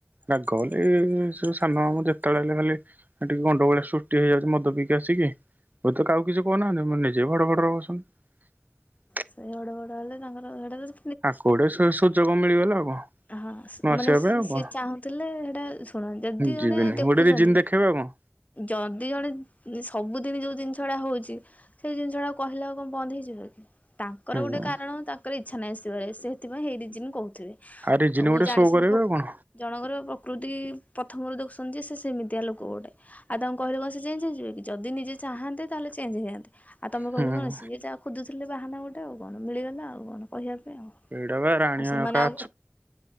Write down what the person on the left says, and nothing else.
ସେ ଭଡ଼ ଭଡ ହେଲେ ତାଙ୍କର ସେଇଟା ତ ସେ
ହଁ
ମାନେ ସି-ସିଏ
ଚାହୁଁଥିଲେ ସେଇଟା ଶୁଣ, ଯଦି ଜଣେ
ଦେଖୁଛନ୍ତି,
ଯଦି ଜଣେ ସବୁଦିନି ଯୋଉ ଜିନିଷ ଷଡା ହଉଛି, ସେଇ ଜିନିଷ ଗୁଡା କହିଲେ ଆଉ କଣ ବନ୍ଦ ହେଇଯିବ କି? ତାଙ୍କର ଗୋଟେ
କାରଣ, ତାଙ୍କର ଇ ଚ୍ଛା ନାହିଁ ଆସିିବାରେ, ସେଇଥିପାଇଁ ଏହି ରିଜିନ୍ କହୁଥିବେ। ଆଉ
ଜାଣେ
ସେମତି
ଜଣଙ୍କର ପ୍ରକୃତି ପ୍ରଥମରୁ ଦେଖୁଛନ୍ତି ଯେ ସେମିତିଆ ଲୋକ ଗୋଟେ ଆଉ ତାଙ୍କୁ କହିଲେ କଣ ସେେଞ୍ଜ ହେଯିବ କି ଯଦି ନିଜେ ଚାହାତେ ତାହେଲେ ଚେଞ୍ଜହେଯାଆନ୍ତେ। ଆଉ ତମେ
କହିଲେ କଣ ସିଏ ଯାହା ଖୋଜୁଥିଲେ ବାହାନା ଗୋଟେଉ କଣ ମିଳିଗଲେ ଆଉ କଣ କହିବା ପାଇଁ ଆଉ
ଆଉ ସେମାନେ
ଆଉ